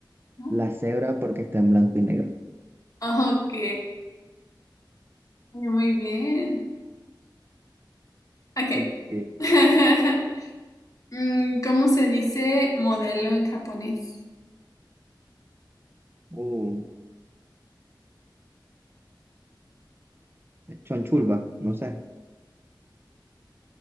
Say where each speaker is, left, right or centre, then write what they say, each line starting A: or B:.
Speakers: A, on the left (about 45°); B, on the right (about 30°).
A: ¿no?
B: la cebra porque está en blanco y negro.
A: Ah, Ok. Muy bien. Ok.
B: Ok,
A: <laughs> Mm, ¿Cómo se dice modelo en japonés?
B: uh, Chonchulba, no sé.